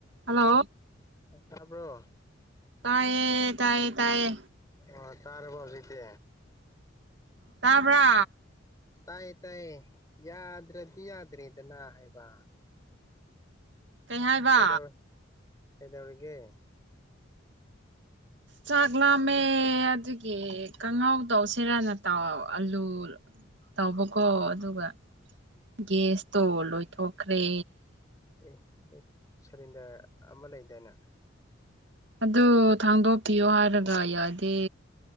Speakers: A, on the right; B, on the left.
A: ꯍꯜꯂꯣ
B: ꯐꯥꯕ꯭ꯔꯣ
A: ꯇꯥꯏꯌꯦ ꯇꯥꯏꯌꯦ ꯇꯥꯏꯌꯦ
B: ꯑꯣ ꯇꯥꯔꯕ ꯍꯧꯖꯤꯛꯇꯤ
A: ꯇꯥꯕ꯭ꯔꯥ
B: ꯇꯥꯏꯌꯦ ꯇꯥꯏꯌꯦ ꯌꯥꯗ꯭ꯔꯗꯤ ꯌꯥꯗ꯭ꯔꯦꯗꯅ ꯍꯥꯏꯕ
A: ꯀꯩ ꯍꯥꯏꯕ
B: ꯀꯩꯗꯧ ꯀꯩꯗꯧꯔꯤꯒꯦ
A: ꯆꯥꯛ ꯂꯥꯝꯃꯦ ꯑꯗꯨꯒꯤ ꯀꯥꯡꯍꯥꯎꯗꯧ ꯁꯦꯔꯥꯅ ꯇꯥꯎ ꯑꯂꯨ ꯇꯧꯕꯀꯣ ꯑꯗꯨꯒ ꯒꯦꯁꯇꯣ ꯂꯣꯏꯊꯣꯛꯈ꯭ꯔꯦ
B: ꯑꯦꯣꯏ ꯁꯤꯂꯤꯟꯗꯔ ꯑꯃ ꯂꯩꯗꯥꯏꯅ
A: ꯑꯗꯨ ꯊꯥꯡꯗꯣꯛꯄꯤꯌꯣ ꯍꯥꯏꯔꯒ ꯌꯥꯗꯦ